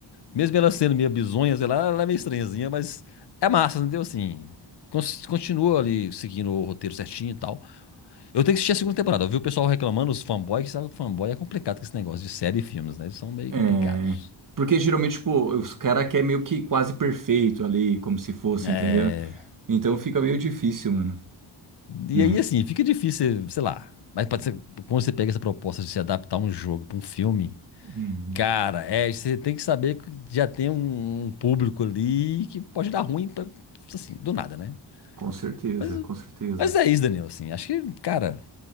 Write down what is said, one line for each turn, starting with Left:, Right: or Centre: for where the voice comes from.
Left: Mesmo ela sendo meio bizonha, sei lá, ela é meio estranhazinha, mas é massa, entendeu? Assim, cons- continua ali seguindo o roteiro certinho e tal. Eu tenho que assistir a segunda temporada. Eu vi o pessoal reclamando, os fanboys, que sabe que fanboy é complicado com esse negócio de série e filmes, né? Eles são meio
Right: É,
Left: complicados.
Right: porque geralmente, tipo, os caras querem meio que quase perfeito ali, como se fosse,
Left: É...
Right: entendeu? Então fica meio difícil, mano,
Left: E
Right: né?
Left: aí, assim, fica difícil, sei lá. Mas pode ser, quando você pega essa proposta de se adaptar um jogo pra um filme.
Right: Uhum.
Left: Cara, é, você tem que saber que já tem um, um público ali que pode dar ruim, pra- assim, do nada, né?
Right: Com certeza,
Left: Mas,
Right: com certeza.
Left: mas é isso, Danilo, assim, acho que, cara,